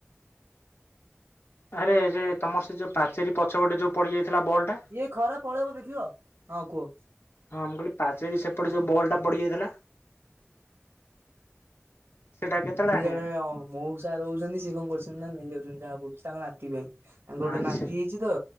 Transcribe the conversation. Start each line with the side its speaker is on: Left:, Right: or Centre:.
Left: ଆରେ ସେ ତମରସେ ଯୋଉ ପାଚେରି ପଛପଟେ ଯୋଉ ପଡି ଯାଇଥିଲା ବଲଟା
Right: ଇଏ ଖରା ପଳେଇବ ଦେଖିବ ହଁ କୁହ?
Left: ହଁ ମୁଁ କହିଲି ପାଚେରି ସେପଟେ ଯୋଉ ବଲଟା ପଡିଯାଇଥିଲା। ସେଇଟା କେତେବେଳେ
Right: ସିଏ
Left: ଆଣିବା
Right: ଜଣେ ମଉସା ରହୁଛନ୍ତି ସିଏ କଣ କରୁଛନ୍ତିନା ନେଇଯାଉଛନ୍ତି ଯାହା ପଡୁଛି ତାଙ୍କ ନାତି ପାଇଁ ତାଙ୍କର ଗୋଟେ
Left: ଆଚ୍ଛା
Right: ନାତି ହେଇଛିତ